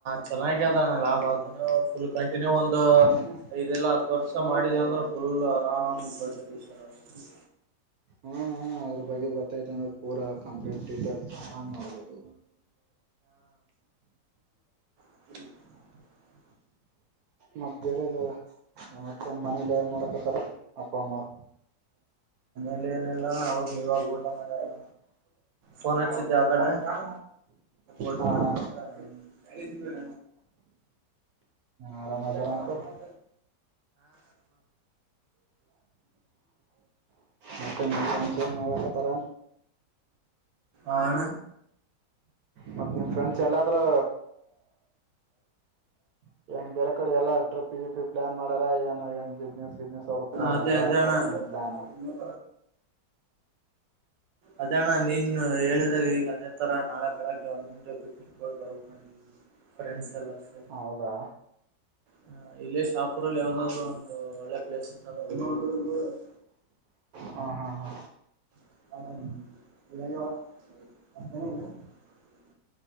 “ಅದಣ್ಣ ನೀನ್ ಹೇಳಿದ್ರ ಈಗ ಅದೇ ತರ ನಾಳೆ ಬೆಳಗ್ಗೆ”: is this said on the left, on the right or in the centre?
Right